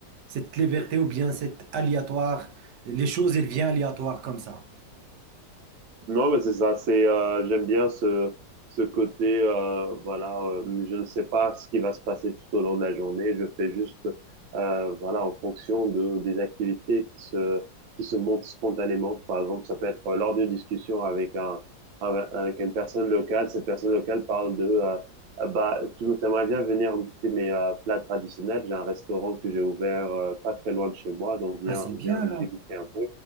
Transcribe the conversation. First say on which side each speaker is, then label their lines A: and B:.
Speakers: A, on the right (about 70°); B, on the right (about 85°).
A: cette liberté ou bien cette aléatoire. Les choses, elles viennent aléatoires comme ça.
B: Non, mais c'est ça, c'est euh, j'aime bien ce ce côté euh, voilà, euh, je ne sais pas ce qui va se passer tout au long de la journée, je fais juste euh, voilà en fonction de des activités qui se qui se montent spontanément. Par exemple, ça peut être lors d'une discussion avec un avec avec une personne locale, cette personne locale parle de euh, Ah bah tu aimerais bien venir goûter mes euh, plats traditionnels, j'ai un restaurant que j'ai ouvert euh, pas très loin de chez moi, donc viens
A: Ah, c'est bien
B: viens
A: là.
B: déguster un peu.